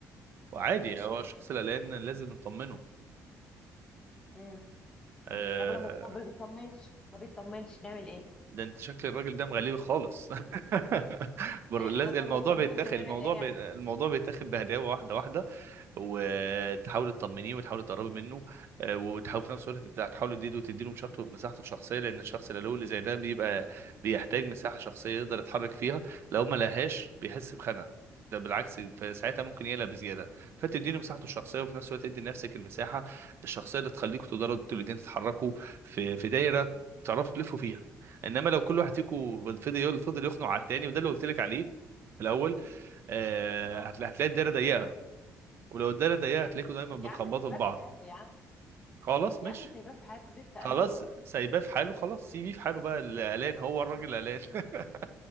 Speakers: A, on the right (about 45°); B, on the left (about 15°).
A: وعادي هو الشخص القلقان لازم نطمنه
B: امم
A: آه
B: طب لما هو ما بيطمنش ما بيطمنش نعمل ايه
A: ده انت شكل الراجل ده مغلي خالص <laughs> بر-
B: يعني
A: لاز-
B: لما
A: الموضوع
B: ما بيطمنش
A: بيتاخد
B: نعمل
A: الموضوع
B: ايه
A: بي...
B: يعني
A: الموضوع بيتاخد بهداوه واحده واحده وتحاولي تطمنيه وتحاولي تقربي منه آه، وتحاولي في نفس الوقت تد- تحاولي تديله تديله مساحته مساحته الشخصيه لان الشخص اللي له اللي زي ده بيبقى بيحتاج مساحه شخصيه يقدر يتحرك فيها لو ما لهاش بيحس بخنقه ده بالعكس فساعتها ممكن يقلق بزياده فتديله مساحته الشخصيه وفي نفس الوقت تدي لنفسك المساحه الشخصيه اللي تخليكوا تقدروا انتوا الاثنين تتحركوا في في دايره تعرفوا تلفوا فيها انما لو كل واحد فيكم فضل فضل يخنق على التاني وده اللي قلت لك عليه في الاول آه،
B: اه
A: هتلا- هتلاقي الدايره ضيقه ولو الدايره ضيقه هتلاقيكوا دايما بتخبطوا
B: يا عم سايباه
A: في بعض
B: في حاله يا عم
A: خلاص ماشي
B: يا عم سايباه في حاله لسه
A: خلاص
B: قلوق
A: سايباه في حاله خلاص سيبيه في حاله بقى اللي قلقان هو الراجل قلقان <laughs>